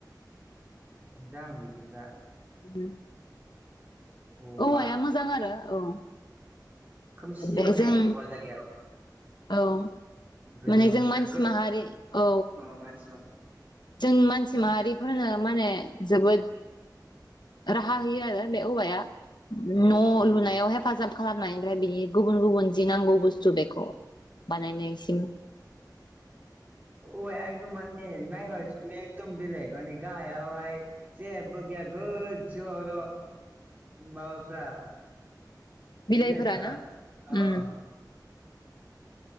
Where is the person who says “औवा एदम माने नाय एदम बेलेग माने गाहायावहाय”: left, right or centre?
Right